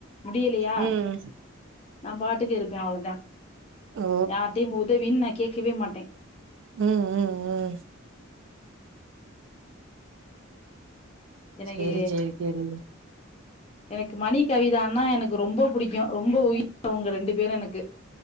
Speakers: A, on the left (about 30°); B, on the right (about 60°).
A: முடியலையா
B: ம்
A: நா பாட்டுக்கு இருப்பே அவ்வளோதா
B: ஓ
A: யார்ட்டையு உதவினு நா கேட்கவே மாட்டே
B: ம், ம் ம்
A: எனக்கு
B: சேரி சேரி சேரி
A: எனக்கு மணி கவிதானா எனக்கு ரொம்போ புடிக்கு ரொம்ப உயிர் அவங்க ரெண்டு பேரு எனக்கு